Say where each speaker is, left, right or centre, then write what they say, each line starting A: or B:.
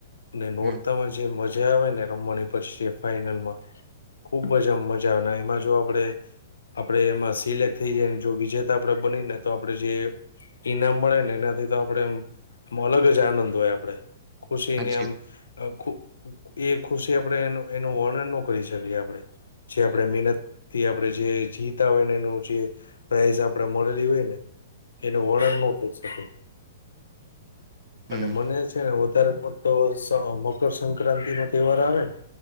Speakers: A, on the left; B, on the right.
A: ને નોરતામાં
B: હમ
A: જે મજા. મજા આવે ને રમવાની પછી ફાઈનલમાં ખુબ જ આમ મજા આવે એમાં જો આપણે આપડે એમાં સિલેક્ટ થઈ જાયને જો વિજેતા આપણેે બનીને તો આપડણે જે. ઈનામ મળે ને એનાથી તો આપણેે એમ અલગ જ આનંદ હોય આપણે ખુશીને
B: હાચી
A: આમ. ખુ એ ખુશી આપણે એ એનું વર્ણન ન કરી શકીએ આપણેે. જે આપણે મહેનતથી આપણે જે. જીતા હોય ને એનું જે પ્રાઈઝ આપડે મળેલી હોય ને. એનું વર્ણન ન થઈ શકે. અને
B: હમ
A: મને છે ને વધારે પડતો સ મકરસક્રાંતિ નો તહેવાર આવે.